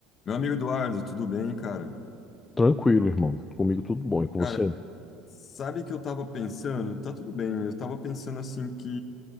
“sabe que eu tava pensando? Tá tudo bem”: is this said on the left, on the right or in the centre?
Left